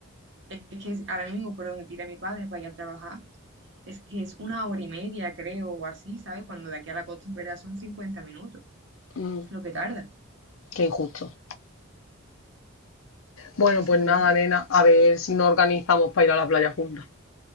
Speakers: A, on the right (about 60°); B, on the left (about 75°).
A: Es que es- ahora mismo por donde tira mi padre para ir a trabajar, es que es una hora y media, creo, o así, ¿sabes? Cuando de aquí a la costa en verdad son 50 minutos,
B: Mm,
A: lo que tarda.
B: qué injusto. Bueno,
A: Está súper
B: pues nada,
A: lejos.
B: nena, a ver si nos organizamos para ir a la playa juntas.